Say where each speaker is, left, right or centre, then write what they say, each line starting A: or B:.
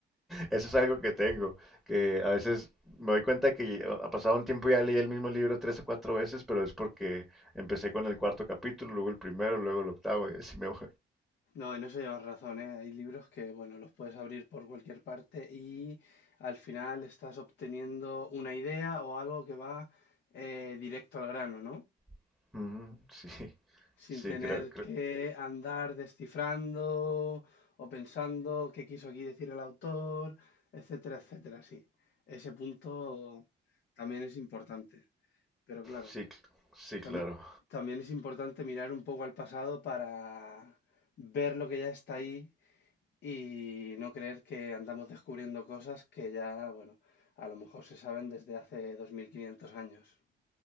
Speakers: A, in the centre; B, on the left (about 60°).
A: Eso es algo que tengo, que a veces me doy cuenta que ha pasado un tiempo y ya leí el mismo libro tres o cuatro veces, pero es porque empecé con el cuarto capítulo, luego el primero, luego el octavo y así me voy.
B: No, en eso llevas razón, ¿eh? Hay libros que, bueno, los puedes abrir por cualquier parte y al final estás obteniendo una idea o algo que va eh, directo al grano, ¿no?
A: <laughs> Ujú, sí,
B: sin
A: sí,
B: tener
A: creo, creo-
B: que andar descifrando o pensando qué quiso aquí decir el autor, etcétera, etcétera. Sí, ese punto también es importante, pero claro,
A: sí, cl- sí,
B: también,
A: claro,
B: también es importante mirar un poco al pasado para ver lo que ya está ahí y no creer que andamos descubriendo cosas que ya, bueno, a lo mejor se saben desde hace 2500 años,